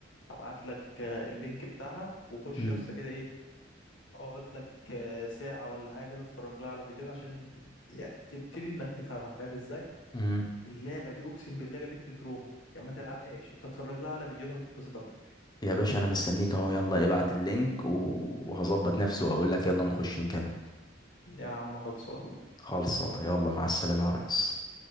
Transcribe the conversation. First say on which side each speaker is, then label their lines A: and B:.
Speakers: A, on the left (about 75°); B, on the left (about 20°).
A: هبعت لك آه، اللينك بتاعها وخش
B: مم.
A: يا اسطى كده ايه اقعد لك آه، ساعة ولا حاجة تتفرج لها على فيديوهات عشان يعني تبتدي انك تفهمها فاهم ازاي
B: مم.
A: اللعبة دي اقسم بالله جابت لي تروما يعني ما تلعبهاش انت اتفرج لها على فيديوهات هتتبسط اكتر
B: يا باشا انا مستنيك اهو يلا ابعت اللينك و- وهظبط نفسي واقول لك يلا نخش نكمل
A: يا عم خلصان
B: خلصانه يلا مع السلامه يا ريس